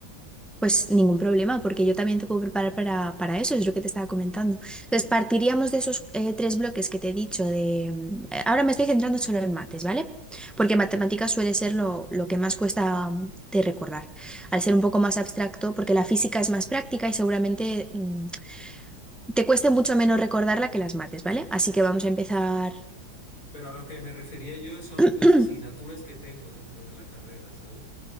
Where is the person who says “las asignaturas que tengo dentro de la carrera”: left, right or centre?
Left